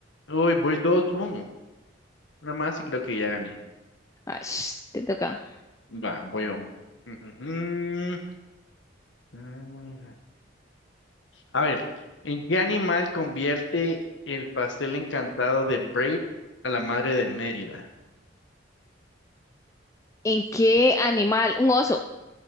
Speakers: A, on the left (about 75°); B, on the left (about 15°).
A: Uy, voy dos uno Una más y creo que ya gané.
B: ash, te toca.
A: Va, voy a... Mm, mm, mm. A ver, ¿en qué animal convierte el pastel encantado de Brave a la madre de Mérida?
B: ¿En qué animal? Un oso.